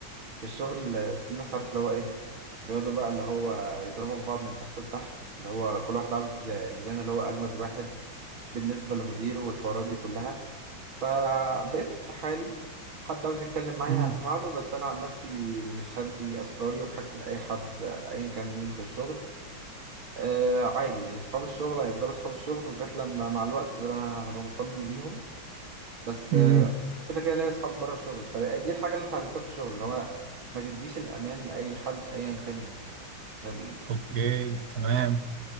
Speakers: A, on the right; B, on the right.
A: في الشغل في ناس عارف اللي هو ايه بيقعدوا بقى اللي هو يضربوا في بعض من تحت لتحت اللي هو كل واحد عاوز يبان اللي هو اجمد واحد بالنسبه لمديره والحوارات دي كلها فبقيت في حالي حد عاوز يتكلم معايا
B: مم.
A: هسمع له بس انا عن نفسي مش هدي اسراري وحاجتي لاي حد ايا كان مين في الشغل آه عادي يعني اصحاب الشغل هيفضلوا اصحاب الشغل لغايه لما مع الوقت انا هبقى مطمن ليهم بس
B: امم
A: آه، كده كده ليا اصحاب بره الشغل فدي الحاجه اللي انت اتعلمتها في الشغل اللي هو ما تديش الامان لاي حد ايا كان مين عشان
B: اوكي تمام